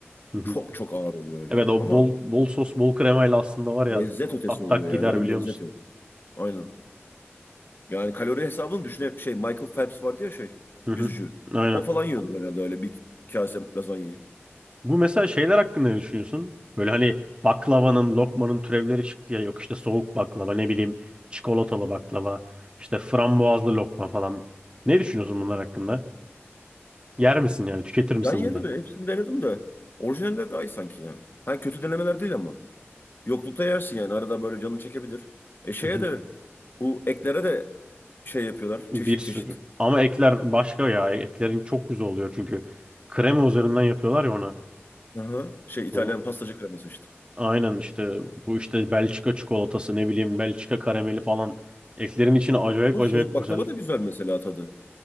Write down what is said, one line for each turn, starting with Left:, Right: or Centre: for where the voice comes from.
Right: Hı hı.
Left: Çok çok ağır oluyor öyle
Right: Evet
Left: ya.
Right: o
Left: Ama
Right: bol bol sos bol kremayla aslında var ya
Left: lezzet ötesi
Right: tak
Left: oluyor
Right: tak
Left: yani.
Right: gider
Left: Öyle
Right: biliyor
Left: bir lezzet
Right: musun?
Left: yok. Aynen. Yani kalori hesabını düşüne şey Michael Phelps vardı ya şey
Right: Hı
Left: yüzücü.
Right: hı. Aynen.
Left: O falan yiyordu herhalde öyle bir kase lazanyayı.
Right: Bu mesela şeyler hakkında ne düşünüyorsun? Böyle hani baklavanın, lokmanın türevleri çıktı ya yok işte soğuk baklava ne bileyim çikolatalı baklava işte frambuazlı lokma falan. Ne düşünüyorsun bunlar hakkında? Yer misin yani? Tüketir misin
Left: Can yedi
Right: bunları?
Left: mi? Hepsini denedim de. Orijinaller daha iyi sanki ya. Ha kötü denemeler değil ama. Yoklukta yersin yani. Arada böyle canını çekebilir. E şeye
Right: Hı hı.
Left: de bu eklere de şey yapıyorlar.
Right: Bir
Left: Çeşit
Right: sürü.
Left: çeşit.
Right: Ama ekler başka ya. Eklerin çok güzel oluyor çünkü krema üzerinden yapıyorlar ya ona.
Left: Aha, şey İtalyan
Right: Bu
Left: pastacı kreması işte.
Right: aynen işte bu işte Belçika çikolatası ne bileyim Belçika karameli falan. Eklerin içine acayip
Left: Ama
Right: acayip
Left: soğuk baklava
Right: güzel.
Left: da güzel mesela tadı.